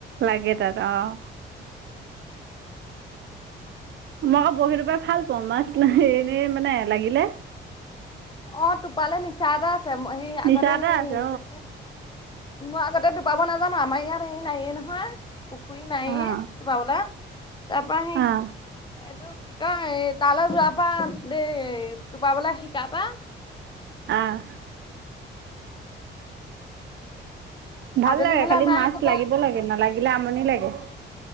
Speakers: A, on the right; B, on the left.
A: লাগে তাত অ'। মই বৰশী টোপাই ভাল পাওঁ, মাছ এনেই মানে লাগিলে।
B: অ', টোপালে নিচা এটা আছে। সেই আগতে
A: নিচা এটা
B: সেই
A: আছে
B: এটো কি? মই আগতে টোপাব নাজানো আমাৰ ইয়াত হেৰি নাইয়ে নহয়। পুখুৰি নাইয়ে
A: অ
B: টোপাবলে। তাৰপা সি এইটো
A: অ অ
B: কি কয়, এই তালৈ যোৱাৰ পৰা দেই টোপাবলে শিকাৰ পৰা। <unintelligible>
A: আহ ভাল
B: আবেলি
A: লাগে
B: হ'লে
A: খালি
B: মায়ে
A: মাছ
B: কব
A: লাগিব লাগে নালাগিলে আমনি লাগে।
B: অ